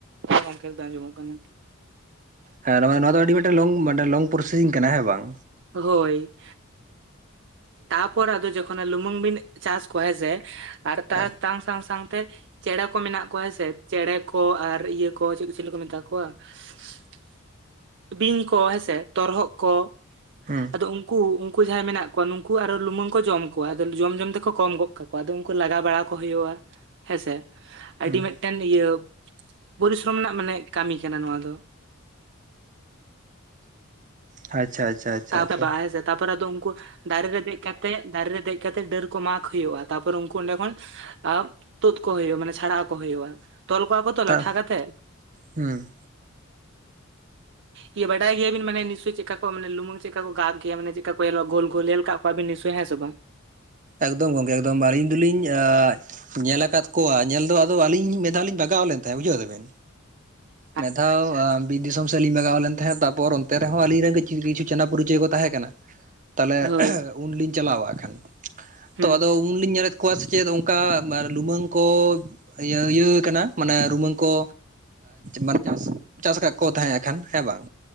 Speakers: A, on the right (about 60°); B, on the right (about 40°).
A: ᱦᱮᱸ ᱜᱚᱝᱠᱮ ᱟᱸᱡᱚᱢᱚᱜ ᱠᱟᱱᱟ᱾
B: ᱦᱮᱸ ᱱᱚᱣᱟ ᱫᱚ ᱟᱹᱰᱤ ᱢᱤᱫᱴᱮᱱ ᱞᱚᱝ ᱢᱟᱱᱮ ᱞᱚᱝ ᱯᱨᱚᱥᱮᱥᱤᱝ ᱠᱟᱱᱟ ᱦᱮᱸ ᱵᱟᱝ?
A: ᱦᱳᱭ ᱛᱟᱯᱚᱨ ᱟᱫᱚ ᱡᱚᱠᱷᱚᱱ ᱞᱩᱢᱩᱝ ᱵᱤᱱ ᱪᱟᱥ ᱠᱚᱣᱟ ᱦᱮᱸᱥᱮ ᱟᱨ ᱛᱟᱨ
B: ᱦᱮᱸ
A: ᱛᱟᱝ ᱥᱟᱶᱝ ᱥᱟᱶᱝ ᱪᱮᱬᱮ ᱠᱚ ᱢᱮᱱᱟᱜ ᱠᱚᱣᱟ ᱦᱮᱸᱥᱮ ᱪᱮᱬᱮ ᱠᱚ ᱟᱨ ᱤᱭᱟᱹ ᱠᱚ ᱪᱤᱞᱤ ᱪᱤᱞᱤ ᱠᱚ ᱢᱮᱛᱟ ᱠᱚᱣᱟ ᱾ ᱵᱤᱧ ᱠᱚ ᱦᱮᱸᱥᱮ ᱛᱚᱨᱦᱚᱫ ᱠᱚ᱾
B: ᱦᱩᱸ
A: ᱟᱫᱚ ᱩᱱᱠᱩ ᱩᱱᱠᱩ ᱡᱟᱦᱟᱸᱭ ᱢᱮᱱᱟᱜ ᱠᱚᱣᱟ ᱩᱱᱠᱩ ᱟᱫᱚ ᱞᱩᱢᱟᱹᱝ ᱠᱚ ᱡᱚᱢ ᱠᱚᱣᱟ ᱟᱫᱚ ᱡᱚᱢ ᱡᱚᱢ ᱛᱮᱠᱚ ᱠᱚᱢ ᱜᱚᱫ ᱠᱟᱠᱚᱣᱟ ᱟᱫᱚ ᱩᱱᱠᱩ ᱞᱟᱜᱟ ᱵᱟᱲᱟ ᱠᱚ ᱦᱳᱭᱳᱜᱼᱟ ᱾ ᱦᱮᱸᱥᱮ ᱟᱹᱰᱤ
B: ᱦᱩᱸ
A: ᱢᱮᱴᱮᱱ ᱤᱭᱟᱹ ᱯᱚᱨᱤᱥᱨᱚᱢ ᱨᱮᱱᱟᱜ ᱢᱟᱱᱮ ᱠᱟᱹᱢᱤ ᱠᱟᱱᱟ ᱱᱚᱣᱟ ᱫᱚ᱾
B: ᱟᱪᱪᱷᱟ ᱟᱪᱪᱷᱟ᱾
A: <inaudible>
B: ᱟᱪᱪᱷᱟ ᱟᱪᱪᱷᱟ
A: ᱵᱟᱦᱟᱭ ᱥᱮ ᱛᱟᱯᱚᱨ ᱟᱫᱚ ᱩᱱᱠᱩ ᱫᱟᱨᱮ ᱨᱮ ᱫᱮᱡ ᱠᱟᱛᱮ ᱮᱫ ᱫᱟᱨᱮ ᱨᱮ ᱫᱮᱡ ᱠᱟᱛᱮ ᱰᱟᱹᱨ ᱠᱚ ᱢᱟᱜᱽ ᱦᱩᱭᱩᱜᱼᱟ ᱾ ᱛᱟᱨᱯᱚᱨᱮ ᱩᱱᱠᱩ ᱚᱸᱰᱮ ᱠᱷᱚᱱ ᱟᱵ ᱛᱩᱫ ᱠᱚ ᱦᱳᱭᱳᱜᱼᱟ ᱢᱟᱱᱮ ᱪᱷᱟᱲᱟᱣ ᱟᱠᱚ ᱦᱳᱭᱳᱜᱼᱟ ᱾ ᱛᱚᱞ ᱠᱚᱣᱟ ᱠᱚ ᱛᱚ
B: ᱛᱟ
A: ᱞᱟᱴᱷᱟ ᱠᱟᱛᱮ᱾
B: ᱦᱩᱸ
A: ᱤᱭᱟᱹ ᱵᱟᱰᱟᱭ ᱜᱮᱭᱟ ᱵᱤᱱ, ᱢᱟᱱᱮ ᱱᱤᱥᱳᱭ ᱪᱮᱫᱠᱟ ᱠᱚ ᱢᱟᱱᱮ ᱞᱩᱢᱩᱝ ᱪᱮᱜᱠᱟ ᱠᱚ ᱜᱟᱜ ᱜᱮᱭᱟ ᱢᱟᱱᱮ ᱪᱮᱜᱠᱟ ᱠᱚ ᱮᱞᱚᱜ ᱜᱳᱞ ᱜᱳᱞ ᱱᱮᱞ ᱠᱟᱜ ᱠᱚᱣᱟ ᱵᱤᱱ ᱱᱤᱥᱳᱭ ᱦᱮᱸ ᱥᱮ ᱵᱟᱝ ᱾
B: ᱮᱠᱫᱚᱢ ᱜᱚᱝᱠᱮ ᱮᱠᱫᱚᱢ ᱟᱹᱞᱤᱧ ᱫᱚᱞᱤᱧ ᱮᱮ ᱧᱮᱞ ᱟᱠᱟᱫ ᱠᱚᱣᱟ ᱧᱮᱞ ᱫᱚ ᱟᱫᱚ ᱟᱹᱞᱤᱧ ᱢᱤᱫ ᱫᱷᱟᱣ ᱞᱤᱧ ᱵᱟᱜᱟᱣ ᱞᱮᱱ ᱛᱟᱦᱮᱸᱫ ᱵᱩᱡᱷᱟᱹᱣ ᱫᱟᱵᱮᱱ᱾
A: <unintelligible>
B: ᱢᱮᱫᱷᱟᱣ ᱵᱤᱨ ᱫᱤᱥᱚᱢ ᱥᱮᱫ ᱞᱤᱧ ᱵᱟᱜᱟᱣ ᱞᱮᱱ ᱛᱟᱦᱮᱸᱫ, ᱛᱟᱨᱯᱚᱨ ᱚᱱᱛᱮ ᱨᱮᱦᱚᱸ ᱟᱹᱞᱤᱧ ᱨᱮᱱ ᱠᱤᱪᱷᱩ ᱠᱤᱪᱷᱩ ᱪᱮᱱᱟ ᱯᱚᱨᱤᱪᱚᱭ ᱠᱚ ᱛᱟᱦᱮᱸ ᱠᱟᱱᱟ᱾ ᱛᱟᱦᱚᱞᱮ
A: ᱦᱳᱭ
B: ᱩᱱᱞᱤᱧ ᱪᱟᱞᱟᱣᱟ ᱦᱟᱸᱜ ᱠᱷᱟᱱ
A: ᱦᱩᱸ
B: ᱛᱚ ᱟᱫᱚ ᱩᱱᱞᱤᱧ ᱧᱮᱞᱮᱫ ᱠᱚᱣᱟ ᱥᱮ ᱪᱮᱫ ᱚᱱᱠᱟ ᱞᱩᱢᱟᱹᱝ ᱠᱚ, ᱤᱭᱟᱹ ᱤᱭᱟᱹ ᱠᱟᱱᱟ ᱢᱟᱱᱮ ᱨᱩᱢᱟᱹᱱ ᱠᱚ ᱢᱟᱱᱮ ᱪᱟᱥ ᱪᱟᱥ ᱠᱟᱫ ᱠᱚ ᱛᱟᱦᱮᱸᱫ ᱮᱱ ᱠᱷᱟᱱ ᱦᱮᱸ ᱵᱟᱝ᱾